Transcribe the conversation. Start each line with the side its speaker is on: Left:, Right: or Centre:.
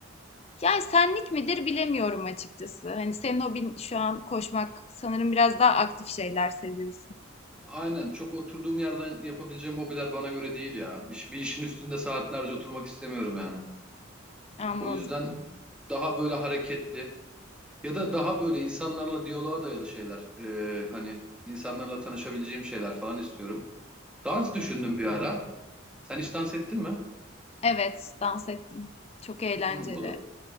Left: Yani senlik midir bilemiyorum açıkçası. Hani senin hobin şu an koşmak. Sanırım biraz daha aktif şeyler seviyorsun.
Centre: Aynen çok oturduğum yerden yapabileceğim hobiler bana göre değil ya. Bir, bir işin üstünde saatlerce oturmak istemiyorum yani.
Left: Anladım.
Centre: O yüzden daha böyle hareketli ya da daha böyle insanlarla diyaloğa dayalı şeyler. e, hani insanlarla tanışabileceğim şeyler falan istiyorum. Dans düşündüm bir ara. Sen hiç dans ettin mi?
Left: Evet, dans ettim. Çok eğlenceli.
Centre: Hmm, o da